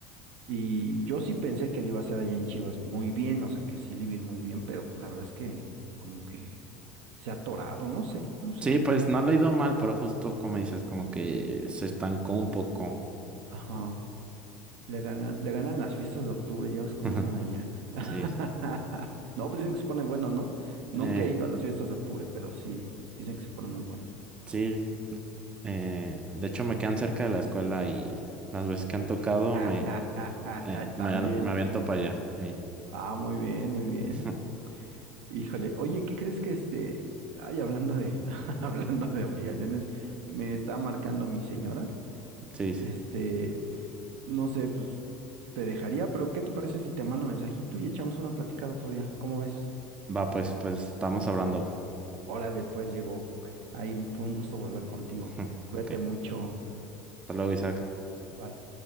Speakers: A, on the right; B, on the right.
A: Y yo sí pensé que le iba a hacer allá en Chivas muy bien, o sea que sí le iba a ir muy bien, pero pues la verdad es que como que se ha atorado, no sé, no sé.
B: Sí, pues no lo he ido mal, pero justo como dices, como que se estancó un poco.
A: Ajá. Le ganan, le ganan las fiestas de octubre, ya ves cómo
B: <laughs>
A: son allá. <laughs>
B: Sí.
A: No, pues dicen que se pone bueno, ¿no? Nunca
B: Eh,
A: he ido a las fiestas de octubre, pero sí, dicen que se pone muy bueno.
B: sí. Eh, de hecho, me quedan cerca de la escuela y las veces que han tocado
A: <laughs>
B: me, eh, me,
A: También.
B: al- me aviento para allá. Ahí.
A: Ah, muy bien, muy bien.
B: <laughs>
A: Híjole, oye, ¿qué crees que este, ay, hablando de, <laughs> hablando de obligaciones, me está marcando mi señora?
B: Sí.
A: Este, no sé, pues te dejaría, pero ¿qué te parece si te mando un mensajito y echamos una platicada otro día? ¿Cómo ves?
B: Va, pues, pues estamos hablando.
A: Órale, pues Diego Ahí fue un gusto volver contigo.
B: <laughs>
A: Cuídate
B: Ok.
A: mucho.
B: Hasta luego, Isaac.
A: Bye.